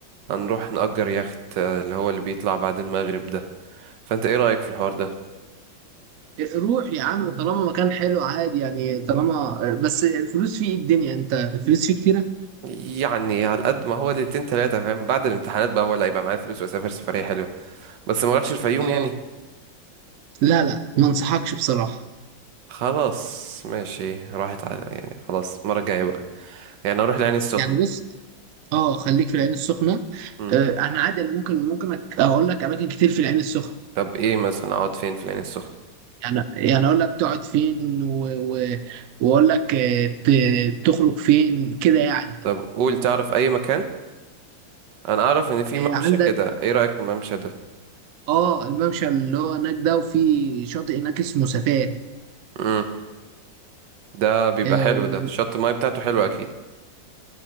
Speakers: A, on the right; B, on the right.
A: هنروح نأجر يخت آه، اللي هو اللي بيطلع بعد المغرب ده فانت ايه رأيك في الحوار ده
B: آه، روح يا عم طالما مكان حلو عادي يعني طالما آه، بس الفلوس فيه ايه الدنيا انت الفلوس فيه كتيرة؟
A: يعني على قد ما هو ليلتين تلاتة فاهم بعد الامتحانات بقى هو اللي هيبقى معايا فلوس وأسافر سفرية حلوة بس ما اروحش الفيوم
B: اه
A: يعني
B: لا لا ما انصحكش بصراحة
A: خلاص ماشي راحت على يعني خلاص المرة الجاية بقى يعني أروح العين السخنة
B: يعني بص اه خليك في العين السخنة
A: مم.
B: آه، انا عادي انا ممكن ممكن أك- اقول لك اماكن كتير في العين السخنة
A: طب إيه مثلا أقعد فين في العين السخنة
B: يعني يعني اقول لك تقعد فين و... و... واقول لك آه، ت... تخرج فين كده يعني
A: طب قول تعرف أي مكان أنا أعرف إن في
B: آه،
A: ممشى
B: عندك
A: كده إيه رأيك في الممشى ده
B: اه الممشى اللي هو هناك ده وفي شاطئ هناك اسمه سفاق
A: مم. ده بيبقى
B: آه،
A: حلو
B: و...
A: ده شط الماية بتاعته حلوة أكيد